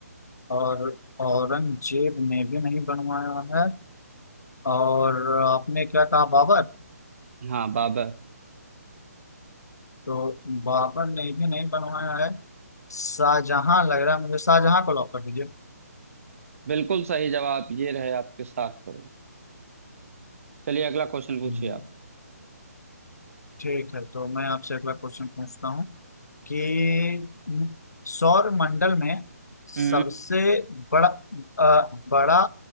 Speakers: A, on the left; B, on the right.
A: और औरंगजेब ने भी नहीं बनवाया है और आपने क्या कहा बाबर
B: हाँ बाबर
A: तो बाबर ने भी नहीं बनवाया है शाहजहां लग रहा है मुझे शाहजहां को लॉक कर दीजिए
B: बिल्कुल सही जवाब ये रहे आपके साथ करोगे चलिए अगला क्वेश्चन पूछिए
A: हम्म, ठीक है तो मैं आपसे अगला क्वेश्चन पूछता हूँ कि सौर मंडल में सबसे
B: आप
A: बड़ा अ, बड़ा